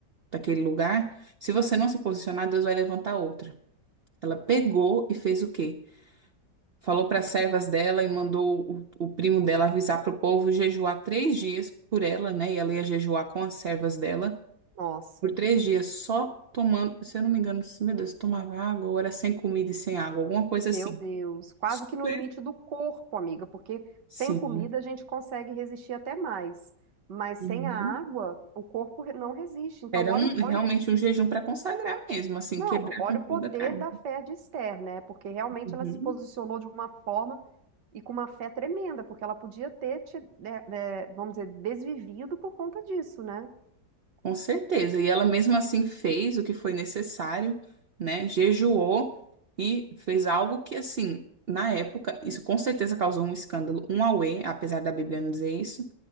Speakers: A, on the right; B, on the right.
A: daquele lugar, se você não se posicionar, Deus vai levantar outra. Ela pegou e fez o quê? Falou para as servas dela e mandou o, o primo dela avisar para o povo jejuar três dias por ela, né? E ela ia jejuar com as servas dela
B: Nossa.
A: por três dias só tomando, se eu não me engano, meu Deus, tomava água, ou era sem comida e sem água, alguma coisa
B: Meu
A: assim.
B: Deus, quase
A: Super.
B: que no limite do corpo, amiga, porque
A: Sim.
B: sem comida a gente consegue resistir até mais, mas
A: Uhum.
B: sem a água o corpo re- não resiste. Então,
A: Era
B: olha,
A: um,
B: o- olha,
A: realmente
B: o-
A: um jejum para consagrar mesmo, assim,
B: não,
A: quebrar
B: olha
A: com
B: o
A: toda
B: poder
A: a carne.
B: da fé de Esther, né? Porque realmente
A: Uhum.
B: ela se posicionou de uma forma e com uma fé tremenda, porque ela podia ter, te, né, né, vamos dizer, desvivido por conta disso, né?
A: Com certeza. E ela mesmo assim fez o que foi necessário, né? Jejuou e fez algo que, assim, na época, isso com certeza causou um escândalo, um auê, apesar da Bíblia não dizer isso,